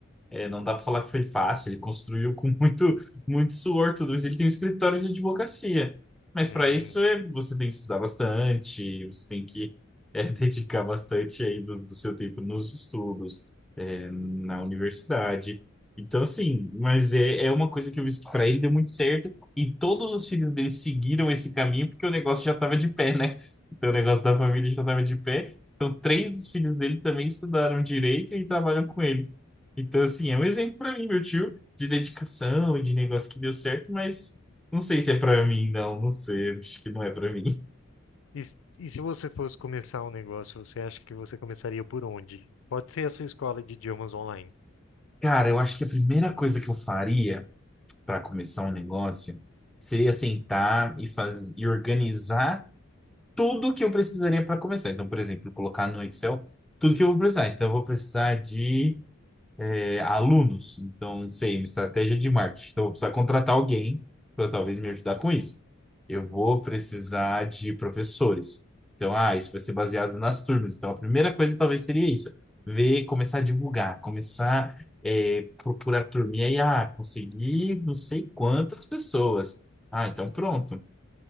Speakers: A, in the centre; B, on the left (about 70°).
A: É, não dá para falar que foi fácil, ele construiu com <laughs> muito, muito suor tudo isso. Ele tem um escritório de advocacia, mas
B: Hum.
A: para isso é, você tem que estudar bastante, você tem que é, <laughs> dedicar bastante aí do, do seu tempo nos estudos, é, na universidade. Então, assim, mas é, é uma coisa que eu vi que para ele deu muito certo e todos os filhos dele seguiram esse caminho porque o negócio já estava de pé, né? Então, o negócio da família já estava de pé. Então, três dos filhos dele também estudaram direito e trabalham com ele. Então, assim, é um exemplo pra mim, meu tio, de dedicação e de negócio que deu certo, mas não sei se é pra mim, não, não sei, acho que não é pra mim.
B: E, s- e se você fosse começar um negócio, você acha que você começaria por onde? Pode ser a sua escola de idiomas online.
A: Cara, eu acho que a primeira coisa que eu faria para começar um negócio seria sentar e fazer e organizar tudo que eu precisaria para começar. Então, por exemplo, colocar no Excel tudo que eu vou precisar. Então, eu vou precisar de é, alunos. Então, não sei, uma estratégia de marketing. Então, eu vou precisar contratar alguém para talvez me ajudar com isso. Eu vou precisar de professores. Então, ah, isso vai ser baseado nas turmas. Então, a primeira coisa talvez seria isso. Ver, começar a divulgar, começar é, procurar turma. E aí, ah, consegui não sei quantas pessoas. Ah, então pronto.